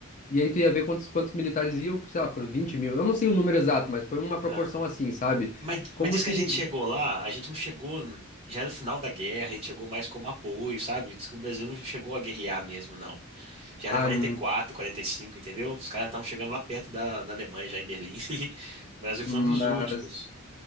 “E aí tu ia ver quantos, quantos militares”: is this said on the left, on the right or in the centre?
Left